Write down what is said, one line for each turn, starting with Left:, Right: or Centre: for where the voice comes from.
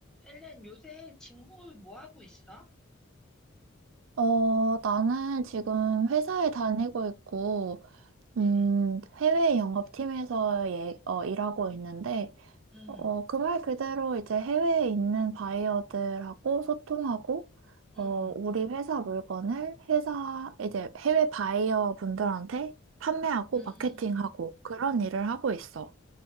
Centre: 헬렌, 요새 직무 뭐 하고 있어?
Right: 어, 나는 지금 회사에 다니고 있고, 음,
Centre: 응,
Right: 해외 영업팀에서 예, 어, 일하고 있는데,
Centre: 응,
Right: 어, 그 말 그대로 이제 해외에 있는 바이어들하고 소통하고, 어,
Centre: 응,
Right: 우리 회사 물건을 회사, 이제 해외 바이어 분들한테 판매하고
Centre: 음,
Right: 마케팅하고 그런 일을 하고 있어.